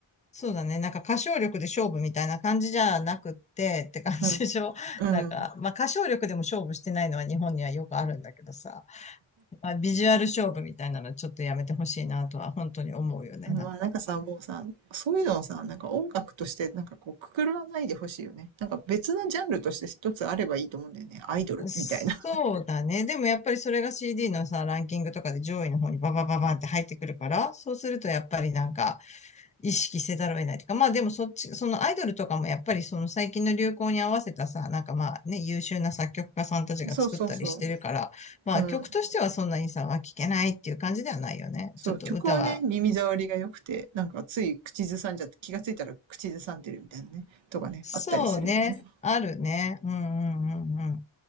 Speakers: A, on the left (about 15°); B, on the right (about 75°).
A: そうだね。なんか歌唱力で勝負みたいな感じじゃなくってって感じでしょ。
B: うん。
A: <laughs>
B: うん。
A: なんか、まあ歌唱力でも勝負してないのは日本にはよくあるんだけどさ。まあビジュアル勝負みたいなのはちょっとやめてほしいなとは本当に思うよね。
B: まあなんかさ、
A: なんか。
B: もうさ、そういうのをさ、なんか音楽としてなんかこうくくらないでほしいよね。なんか別のジャンルとして一つあればいいと思うんだよね。アイドルみたいな。
A: そうだね。でもやっぱりそれが CD のさ、ランキングとかで上位の方にバババババンって入ってくるから、そうするとやっぱりなんか意識せざるを得ないというか、まあでもそっち、そのアイドルとかもやっぱりその最近の流行に合わせたさ、なんかまあね、優秀な作曲家さんたちが作ったりしてるから、
B: <laughs> そうそうそ
A: まあ曲としてはそんなにさ、
B: う。うん。
A: は聴けないっていう感じではないよね。
B: そう、
A: ちょっと歌は。
B: 曲はね、耳障りが良くて、なんかつい口ずさんじゃって、気がついたら口ずさんでるみたいなね、とかね、
A: そうね。
B: あったりするよね。
A: あるね。うんうんうんうん。